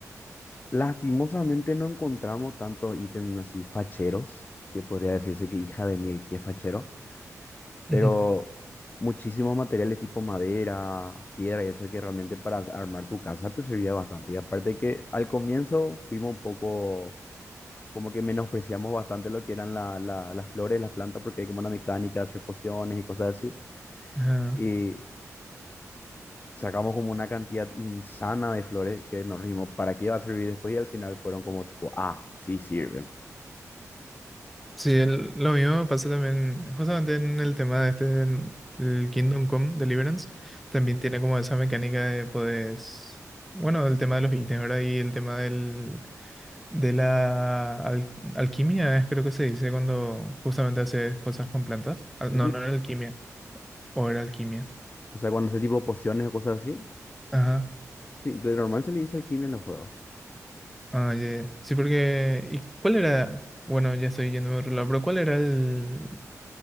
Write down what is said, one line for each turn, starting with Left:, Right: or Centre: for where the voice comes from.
Left: Lastimosamente no encontramos tantos ítems así facheros, que podría decirse que hija de mil, que fachero,
Centre: ¿no?
Left: pero muchísimos materiales tipo madera, piedra y eso que realmente para armar tu casa te servía bastante. Y aparte que al comienzo fuimos un poco como que menospreciamos bastante lo que eran la- la- las flores, las plantas, porque hay como una mecánica de hacer pociones y cosas así.
Centre: Ujú.
Left: Y sacamos como una cantidad insana de flores que nos rimos, ¿para qué iba a servir después? Y al final fueron como tipo, ah, sí sirven.
Centre: Sí, el- lo mismo me pasó también, justamente en el tema de este, en el Kingdom Come Deliverance, también tiene como esa mecánica de poderes, bueno, el tema de los ítems, ¿verdad? Y el tema del, de la al- alquimia, es creo que se dice cuando justamente haces cosas con plantas. Al-
Left: Ujú,
Centre: No,
Left: ujú.
Centre: no era alquimia, o era alquimia.
Left: O sea, cuando ese tipo de pociones o cosas así,
Centre: Ajá,
Left: sí, de normal se le dice alquimia en los juegos.
Centre: ah, ya, ya. Sí, porque, ¿y cuál era? Bueno, ya estoy yendo a otro lado, pero ¿cuál era el,